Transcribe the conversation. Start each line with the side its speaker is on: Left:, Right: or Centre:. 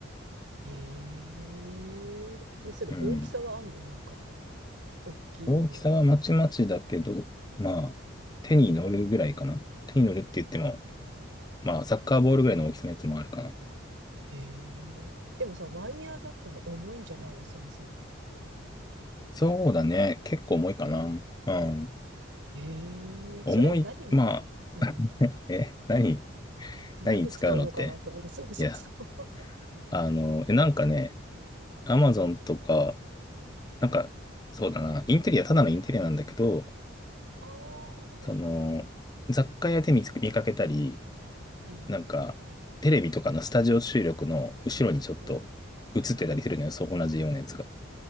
Right: へえ。で、それ大きさはあんのなんか、
Left: うん。
Right: 大きいのとか。
Left: 大きさはまちまちだけど、まあ、手に乗るぐらいかな。手に乗るって言っても、まあ、サッカーボールぐらいの大きさのやつもあるかな。
Right: へえ。でもさ、ワイヤーだったら重いんじゃないのそもそも。
Left: そうだね。結構重いかな。うん。
Right: ええそれ何に、
Left: 重い、まあ、
Right: うん、
Left: <laughs> え、何、
Right: 何に使うのかなと思って、
Left: 何に使うのって。
Right: <laughs> そうそうそう。
Left: いや、あの、えなんかね、アマゾンとか、なんか、そうだな、インテリア、ただのインテリアなんだけど、
Right: ああ、
Left: その、雑貨屋で見つ見かけたり、
Right: うん、
Left: なんか、テレビとかのスタジオ収録の後ろにちょっと映ってたりするのよ、
Right: うん。
Left: そう、同じようなやつが。